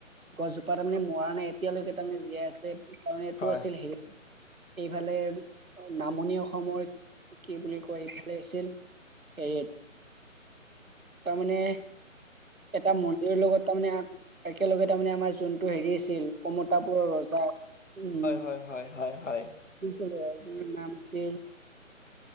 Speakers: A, on the right (about 80°); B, on the left (about 60°).
A: গছজোপা তাৰমানে মৰা নাই এতিয়ালৈকে তাৰমানে জীয়াই আছে। কাৰণ এইটো
B: হয়,
A: আছিল সে এইফালে নামনি অসমৰ কি বুলি কয় ইফালে আছিল হেৰিয়ত তাৰমানমানে এটা মন্দিৰৰ লগত তাৰমানে একেলগে তাৰমানে আমাৰ যোনটো হেৰি আছিল। কমতাপুৰৰ ৰজা উম
B: হয়, হয়, হয়, হয়।
A: <unintelligible> আপাৰ নাম আছিল।